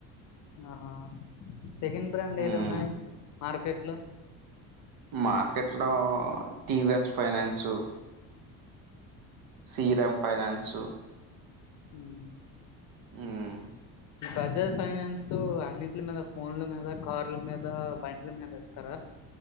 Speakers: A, on the left; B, on the right.
A: ఆహా సెకండ్ బ్రాండ్
B: ఉమ్
A: ఏటున్నాయ్ మార్కెట్ లో
B: మార్కెట్ లో టీవెస్ ఫైనాన్సు సీరమ్ ఫైనాన్సు
A: ఉహ్
B: ఉమ్
A: బజాజ్ ఫైనాన్సు అన్నిట్లా మీద ఫోన్ల మీద కార్ల మీద బండ్ల మీద ఇస్తారా